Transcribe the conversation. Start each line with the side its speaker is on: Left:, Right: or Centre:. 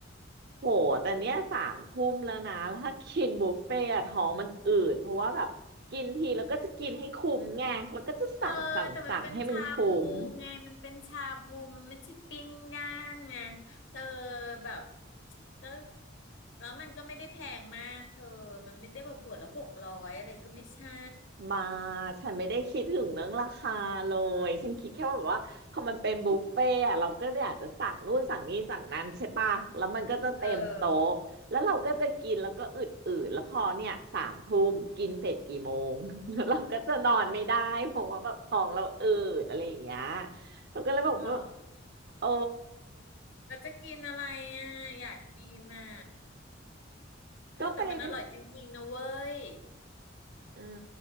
Right: โหแต่เนี้ยสามทุ่มแล้วนะแล้วถ้ากินบุฟเฟ่ต์อะท้องมันอืดเพราะว่าแบบกินทีแล้วก็จะกินให้คุ้มไงแล้วก็จะสั่งสั่งสั่งให้มันคุ้ม
Left: เธอแต่มันเป็นชาบูไงมันเป็นชาบูมันไม่ใช่ปิ้งย่างไงเธอแบบก็แล้วมันก็ไม่ได้แพงมากเธอมันไม่ได้แบบหัวละหกร้อยอะไรก็ไม่ใช่
Right: มาฉันไม่ได้คิดถึงเรื่องราคาเลยฉันคิดแค่ว่าแบบว่าพอมันเป็นบุฟเฟ่ต์อะเราก็อยากจะสั่งนู่นสั่งนี่สั่งนั้นใช่ปะแล้วมันก็จะเต็มโต๊ะแล้วเราก็จะกินแล้วก็อืดอืดแล้วพอเนี่ยสามทุ่มกินเสร็จกี่โมง
Left: เออ
Right: <laughs> แล้วเราก็จะนอนไม่ได้เพราะว่าแบบท้องเราอืดอะไรอย่างเงี้ยเราก็เลยบอกว่าแบบ
Left: หรอ
Right: โอ้
Left: เราจะกินอะไรอ่ะอยากกินอ่ะเธอแต่มันอร่อยจริงๆนะเว้ย
Right: ก็ไปดิอื